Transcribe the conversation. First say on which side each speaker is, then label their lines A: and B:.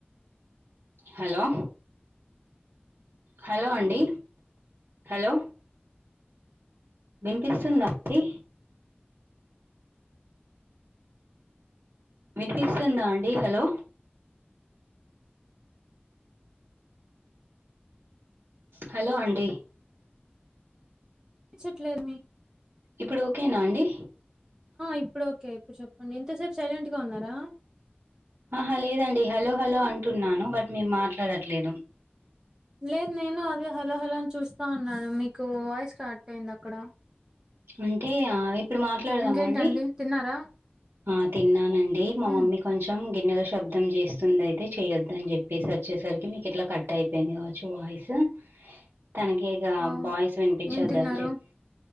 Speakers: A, on the right; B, on the right.
A: హలో! హలో! అండి హలో వినిపిస్తుందా అండి. వినిపిస్తుందా అండి హలో! హలో! అండి.
B: వినిపించట్లేదు మీ
A: ఇప్పుడు ఓకేనా అండి
B: ఇప్పుడు ఓకే ఇప్పుడు చెప్పండి ఇంతసేపు సైలెంట్గా ఉన్నారా?
A: ఆహా! లేదండి హలో హలో అంటున్నాను బట్ మీరు మాట్లాడట్లేదు.
B: లేదు. నేను అదే హలో హలో అని చూస్తా ఉన్నాను. మీకు వాయిస్ కట్ అయింది అక్కడ
A: అంటే ఇప్పుడు మాట్లాడదామా
B: ఇంకేంటండి
A: అండి.
B: తిన్నారా
A: ఆ తిన్నానండి మా
B: ఉమ్,
A: మమ్మీ కొంచెం గిన్నెల శబ్దం చేస్తుంది. అయితే చేయొద్దు అని చెప్పేసి వచ్చేసరికి మీకు ఇట్లా కట్ అయిపోయింది కావచ్చు వాయిస్. తనకిక
B: ఆ
A: వాయిస్ వినిపించొద్దు
B: ఏం తిన్నారు
A: అని చెప్పి